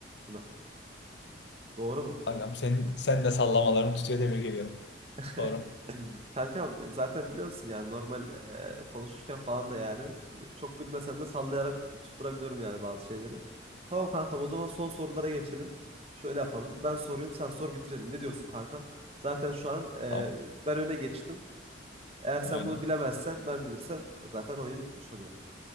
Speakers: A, on the right; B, on the left.
A: Buna. Doğru mu?
B: Aynen. Senin, sen de sallamalarını tutuyor. Tebrik ediyorum.
A: <laughs>
B: Doğru.
A: Kankam zaten biliyorsun yani normal e, konuşurken falan da yani çok bilmesem de sallayarak tutturabiliyorum yani bazı şeyleri. Tamam kankam o zaman son sorulara geçelim. Şöyle yapalım. Ben sorayım sen sor bitirelim. Ne diyorsun kankam? Zaten şu an e,
B: Tamam.
A: ben öne geçtim. Eğer sen
B: Aynen.
A: bunu bilemezsen ben bilirsem zaten oyun bitmiş oluyor.